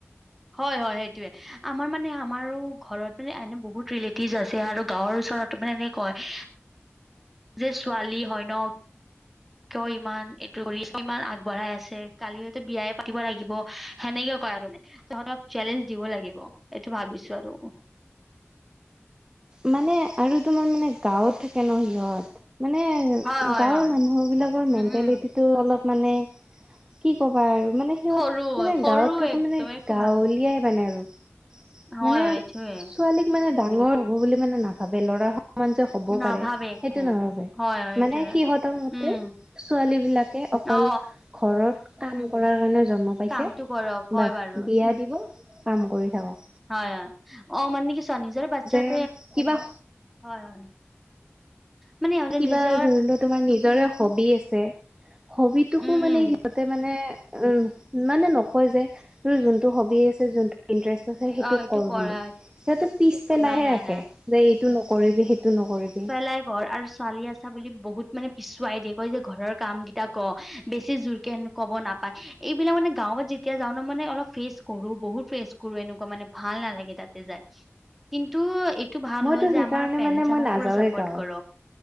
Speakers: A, in the centre; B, on the right (about 20°).
A: হয়- হয় সেইটোৱে আমাৰ মানে আমাৰো ঘৰত মানে এনে বহুত ৰিলেটিভ আছে আৰু গাঁৱৰ ওচৰত টোমে এনে কয় যে ছোৱালী হয় ন' কিয় ইমান এইটো <unintelligible> ইমান আগ আগবঢ়াই আছে কালি হয়তো বিয়াই পাতিব লাগিব সেনেকে কয় আৰু মানে। তহঁতক চেলেঞ্জ দিব লাগিব এইটো ভাবিছোঁ আৰু।
B: মানে আৰু তোমাৰ মানে গাঁৱত থাকে ন' সিহঁত মানে
A: হয় হয়
B: গাঁৱৰ
A: হয়
B: মানুহ বিলাকৰ
A: উম
B: মেন্টেলিটি
A: উম
B: টো অলপ মানে কি ক'বা আৰু মানে সিহঁত
A: সৰু
B: মানে
A: সৰু
B: গাঁৱত থাকো
A: একদম
B: মানে
A: একো
B: গাঁৱলিয়াই
A: ভাবে
B: মানে আৰু।
A: হয়
B: মানে
A: হয় এইটোয়ে
B: ছোৱালীক মানে ডাঙৰ হ'ব বুলি মানে নাভাবে ল'ৰা সমান যে হ'ব
A: নাভাবে
B: পাৰে
A: একো
B: সেইটো নাভাবে
A: হয় হয় এইটোয়ে
B: মানে সিহঁতৰ মতে
A: উম
B: ছোৱালী বিলাকে অকল
A: অ
B: ঘৰত কাম কৰাৰ কাৰণে জন্ম পাইছে
A: কামটো কৰক
B: বাছ
A: হয় বাৰু
B: বিয়া দিব কাম কৰি থাকক।
A: হয়-হয় অ, মানে কি চোৱা নিজৰে বাচ্ছাক
B: <unintelligible> কিবা
A: হয়-হয় মানে ইহঁতে
B: কিবা
A: নিজৰ
B: ধৰি লোৱা তোমাৰ নিজৰে হবি আছে হবিটোকো
A: উম
B: মানে
A: উম
B: সিহঁতে মানে উম, মানে নকয় যে তোৰ যোনটো হবি আছে যোনটো ইণ্টাৰেষ্ট আছে সেইটো
A: অ এইটো
B: কৰ
A: কৰা
B: বুলি সিহঁতে পিচ পেলাইহে
A: নাই নাই
B: ৰাখে।
A: নাই
B: যে এইটো নকৰিবি, সেইটো নকৰিবি।
A: এ <unintelligible> ঘৰ আৰু ছোৱালী আছে আছা বুলি বহুত মানে পিছুৱাই দিয়ে কয় যে ঘৰৰ কাম কেইটা ক'বেছি জোৰকে কব নাপায়। এইবিলাক মানে গাঁৱত যেতিয়া যাওঁ ন' মানে অলপ ফেচ কৰো বহুত ফেচ কৰো এনেকুৱা মানে ভাল নালাগে তাতে যাই। কিন্তু এইটো ভাল
B: মইতো
A: হ'ল যে
B: সেইকাৰণে
A: আমাৰ পেৰেণ্টচে
B: মানে মই
A: আমাক
B: নাযাওৱে
A: পুৰা চাপৰ্ট
B: গাঁৱত
A: কৰ